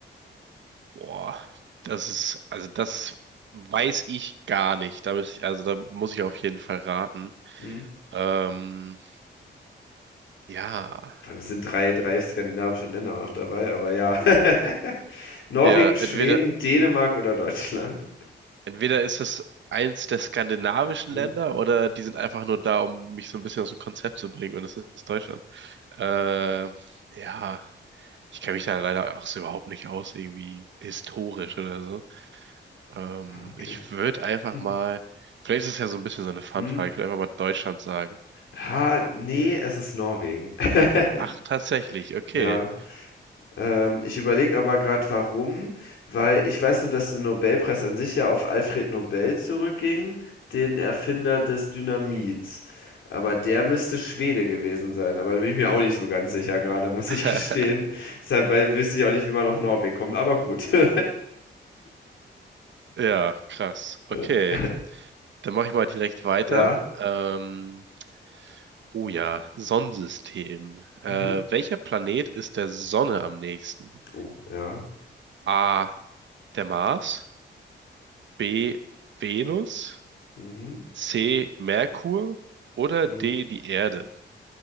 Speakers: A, on the right; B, on the left.
A: boah. Das ist, also das weiß ich gar nicht. Da muss ich, also da muss ich auf jeden Fall raten.
B: Hm?
A: Ähm, ja.
B: Vor allem es sind drei, drei skandinavische Länder auch noch dabei, aber ja. <laughs> Norwegen,
A: Ja, entweder.
B: Schweden, Dänemark oder Deutschland?
A: Entweder ist es eins der skandinavischen
B: Hm?
A: Länder oder die sind einfach nur da, um mich so ein bisschen aus dem Konzept zu bringen und es ist Deutschland. Äh, ja, ich kenne mich da leider auch so überhaupt nicht aus, irgendwie historisch oder so. Ähm,
B: Ah, okay.
A: ich würde einfach
B: <laughs>
A: mal, vielleicht ist es ja so ein bisschen so eine Fun-Frage,
B: Hm?
A: ich würde einfach mal Deutschland sagen.
B: Ha, nee, es ist Norwegen. <laughs>
A: Ach, tatsächlich, okay.
B: Ja. Ähm, ich überlege aber gerade, warum, weil ich weiß nur, dass der Nobelpreis an sich ja auf Alfred Nobel zurückging, den Erfinder des Dynamits. Aber der müsste Schwede gewesen sein. Aber da bin ich mir auch nicht so ganz sicher gerade, muss
A: <laughs>
B: ich gestehen. <laughs> Deshalb, weil wüsste ich auch nicht, wie man auf Norwegen kommt, aber gut. <laughs>
A: Ja, krass.
B: Ja.
A: Okay, dann mache ich mal direkt weiter.
B: Ja.
A: Ähm, Oh ja, Sonnensystem. Äh,
B: Mhm.
A: welcher Planet ist der Sonne am nächsten?
B: Oh, ja.
A: A. Der Mars, B. Venus,
B: Mhm.
A: C. Merkur oder
B: Mhm.
A: D. Die Erde.